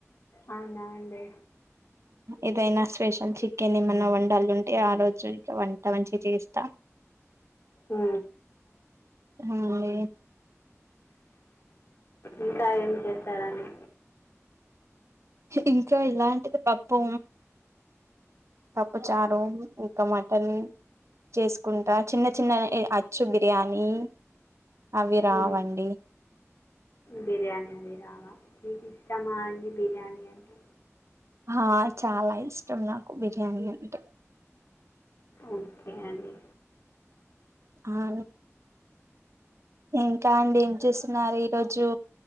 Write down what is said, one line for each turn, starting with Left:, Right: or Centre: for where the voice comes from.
Left: అవునా అండి
Right: ఇదైనా స్పెషల్ చికెన్ ఏమన్నా వండాల ఉంటే ఆ రోజు వంట మంచిస్తా
Left: ఉ
Right: అవును లే
Left: ఇంకా ఏం చేస్తారండి
Right: ఇంకా ఇలాంటిది పప్పు పప్పు చారు ఇంకా మటన్ చేసుకుంటా చిన్న చిన్న చ్చు బిర్యానీ అవి రావండి
Left: ఉమ్. బిర్యానీ అవి రావా మీకీష్టమా అండి బిర్యానీ అంటే
Right: ఆ చాలా ఇష్టం నాకు బిర్యానీ అంటే
Left: ఓకే అండి.
Right: అ ఇంకా అండి ఏం చేస్సున్నారు ఈరోజు,